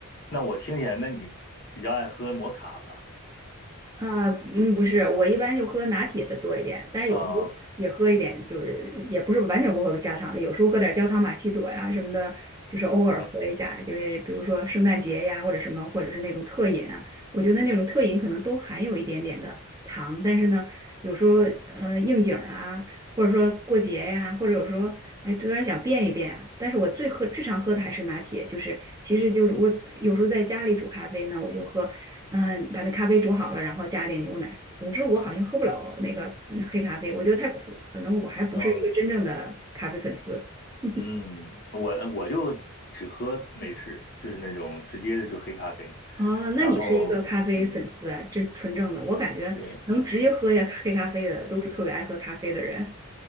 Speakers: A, on the left (about 45°); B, on the right (about 15°).
A: 那我听起来，那你比较爱喝摩卡吧？
B: 啊，嗯，不是，我一般就喝拿铁的多一点，但是有时候也喝一点，
A: 啊
B: 就是也不是完全不喝加糖的，有时候喝点焦糖玛奇朵呀什么的，就是偶尔喝一下，
A: 嗯
B: 就是比如说圣诞节呀或者什么，或者是那种特饮啊，我觉得那种特饮可能都含有一点点的糖，但是呢，有时候呃应景儿啊，或者说过节呀，或者有时候哎突然想变一变啊，但是我最喝最常喝的还是拿铁，就是其实就是我有时候在家里煮咖啡呢，我就喝。嗯，把那咖啡煮好了，然后加点牛奶。总之，我好像喝不了那个嗯黑咖啡，我觉得太苦，可能我还不是一个真正的咖啡粉丝。
A: 嗯。
B: <laughs>
A: 嗯，我我就只喝美式，就是那种直接的就黑咖啡，
B: 哦，那你是一个咖啡粉丝啊，
A: 然后嗯，
B: 这纯正的。我感觉能直接喝下黑咖啡的，
A: 对，
B: 都是特别爱喝咖啡的人。